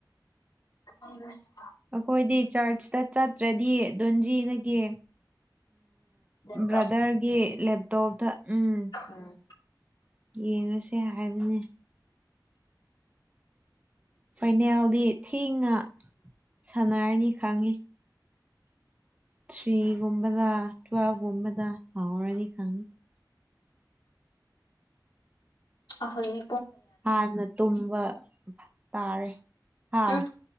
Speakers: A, on the left; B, on the right.
A: ꯑ
B: ꯑꯩꯈꯣꯏꯗꯤ ꯆꯔꯆꯇ ꯆꯠꯇ꯭ꯔꯗꯤ ꯗꯣꯟꯖꯤꯗꯒꯤ
A: ꯂꯦꯞꯇꯣꯞ
B: ꯕ꯭ꯔꯗꯔꯒꯤ ꯂꯦꯞ ꯇꯣꯞꯗ ꯎꯝ
A: ꯎꯝ
B: ꯌꯦꯡꯉꯁꯦ ꯍꯥꯏꯕꯅꯦ ꯐꯥꯏꯅꯦꯜꯗꯤ ꯊꯦꯡꯅ ꯁꯥꯟꯅꯔꯅꯤ ꯈꯪꯉꯤ ꯊ꯭ꯔꯤꯒꯨꯝꯕꯗ ꯇ꯭ꯋꯦꯜꯕꯒꯨꯝꯕꯗ ꯃꯅꯤ ꯈꯪ
A: ꯑꯍꯣꯏ
B: ꯍꯥꯟꯅ ꯇꯨꯝꯕ ꯇꯥꯔꯦ ꯍꯥ
A: ꯎꯝ